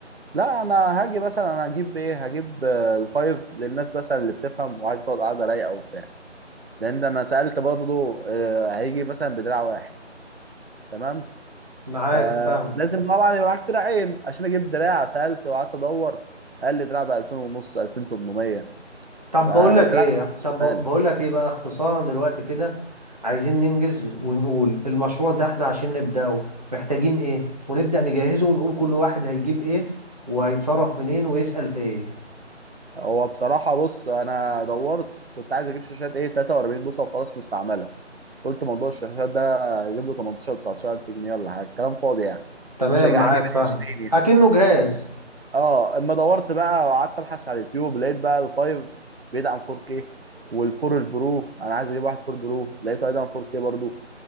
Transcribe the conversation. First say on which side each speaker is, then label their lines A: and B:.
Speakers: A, on the right; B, on the right.
A: لا انا هاجي مثلا انا هجيب ايه هجيب آه، الفايف للناس مثلا اللي بتفهم وعايز تقعد قاعده رايقه وبتاع لان انا سالت برضو آه، هيجي مثلا بدراع واحد تمام
B: معاك
A: آه
B: فاهم
A: لازم طبعا يبقى معاك دراعين عشان اجيب دراع سالت وقعدت ادور قال لي دراع ب 2000 ونص 2800
B: طب
A: فالدراع
B: بقول لك ايه
A: ده نفسه
B: طب بقول
A: غالي
B: لك ايه بقى اختصارا دلوقتي كده عايزين ننجز ونقول المشروع ده احنا عشان نبدأه محتاجين ايه ونبدأ نجهزه ونقول كل واحد هيجيب ايه وهيتصرف منين ويسأل في ايه
A: هو بصراحه بص انا دورت كنت عايز اجيب شاشات ايه 43 بوصه وخلاص مستعمله قلت موضوع الشاشات ده اجيب له 18 19 الف جنيه ولا حاجه كلام فاضي يعني
B: تمام
A: مش هيجي-
B: معاك
A: هجيب ال
B: فاهم
A: 20 يعني
B: اكنه جهاز
A: اه اما دورت بقى وقعدت ابحث على اليوتيوب لقيت بقى الفايف بيدعم 4K والفور البرو انا عايز اجيب واحد فور برو لقيته هيدعم 4K برضو